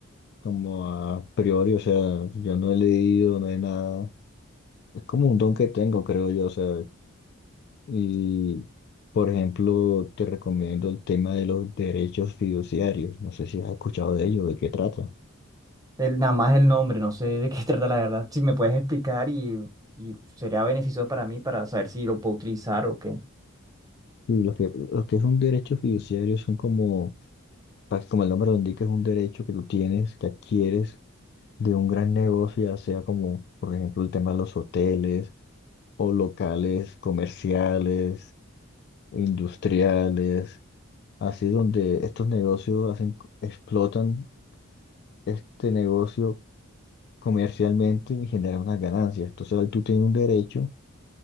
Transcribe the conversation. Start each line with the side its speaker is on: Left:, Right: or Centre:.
Left: como a priori, o sea, yo no he leído, no he nada Es como un don que tengo, creo yo, ¿sabes? Y, por ejemplo, te recomiendo el tema de los derechos fiduciarios. No sé si has escuchado de ello, de qué trata.
Right: El- nada más el nombre, no sé de qué <laughs> trata la verdad. Si me puedes explicar y, y sería beneficioso para mí para saber si lo puedo utilizar o qué.
Left: Y lo que, lo que es un derecho fiduciario son como, pa- como el nombre lo indica, es un derecho que tú tienes, que adquieres de un gran negocio, ya sea como, por ejemplo, el tema de los hoteles o locales comerciales, industriales, así donde estos negocios hacen, explotan este negocio comercialmente y genera unas ganancias. Entonces ahí tú tienes un derecho,